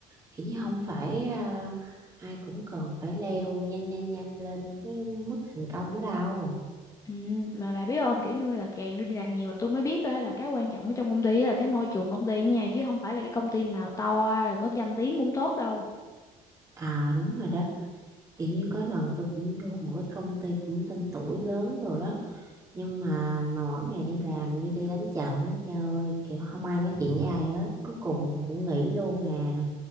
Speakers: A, on the right (about 20°); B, on the left (about 20°).
A: kiểu như không phải à, ai cũng cần phải leo nhanh nhanh nhanh lên cái mức thành công đó đâu
B: Ừ, mà bà biết không kiểu như là càng đi làm nhiều là tôi mới biết đó là cái quan trọng ở trong công ty á là cái môi trường công ty nha chứ không phải là cái công ty nào to rồi có danh tiếng cũng tốt đâu
A: à đúng rồi đó kiểu như có lần tôi cũng vô một cái công ty cũng tên tuổi lớn rồi đó nhưng mà mà mỗi ngày đi làm như đi đánh trận á trời ơi kiểu không ai nói chuyện với ai hết cuối cùng cũng nghỉ luôn à